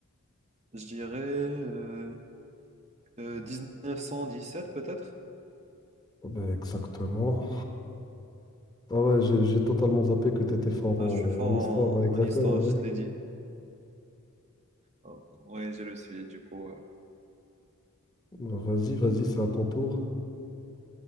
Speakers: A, on the right; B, on the left.
A: Je dirais euh, euh, 1917 peut-être?
B: Ben, exactement. Ah ouais, j'ai j'ai totalement zappé que tu étais fort
A: Ah,
B: en,
A: je suis fort
B: en histoire.
A: en,
B: ouais, Exactement,
A: en histoire,
B: ouais.
A: je te l'ai dit. Ah, ouais, je le suis, du coup. euh.
B: Ben, Vas-y, vas-y, c'est à ton tour.